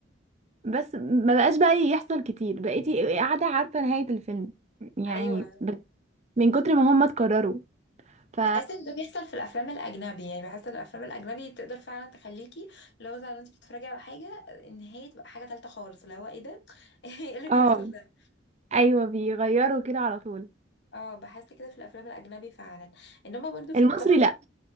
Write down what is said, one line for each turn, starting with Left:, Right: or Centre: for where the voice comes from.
Right: ما بقاش بقى يحصل كتير بقيتي قاعدة عارفة نهاية الفيلم يعني
Left: ايوه
Right: ب- من كتر ما هم اتكرروا ف
Left: بحس ان ده بيحصل في الافلام الاجنبي يعني بحس ان الافلام الاجنبي تقدر فعلا تخليكي لو زي ما انت بتتفرجي على حاجه النهايه تبقى حاجه تالته خالص اللي هو ايه ده <laughs> ايه اللي بيحصل
Right: اه
Left: ده
Right: أيوه بيغيروا كده على طول
Left: اه بحس كده في الافلام الاجنبي فعلا انما برضو في
Right: المصري
Left: التركي
Right: لأ